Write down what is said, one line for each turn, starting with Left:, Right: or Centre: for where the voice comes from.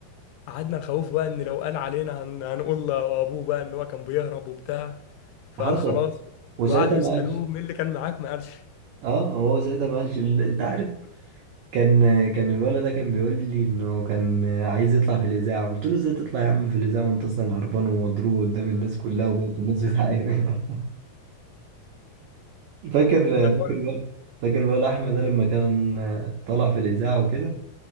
Left: قعدنا نخوفه بقى ان لو قال علينا هن... هنقول لابوه بقى ان هو كان بيهرب وبتاع فقال
Right: حصل
Left: خلاص
Right: وساعتها
Left: وقعدوا
Right: ما
Left: يسالوه
Right: قالش
Left: مين اللي كان معاك ما قالش
Right: اه هو ساعتها ما قالش ال- انت عارف كان كان الولد ده كان بيقول لي انه كان عايز يطلع في الاذاعه قلت له ازاي تطلع يا عم في الاذاعه وانت اصلا هربان ومضروب قدام الناس كلها وبقت الناس بتعاير <laughs> فاكر
Left: ده
Right: فاكر
Left: هو-
Right: الولا فاكر الولا احمد ده لما كان طلع في الاذاعه وكده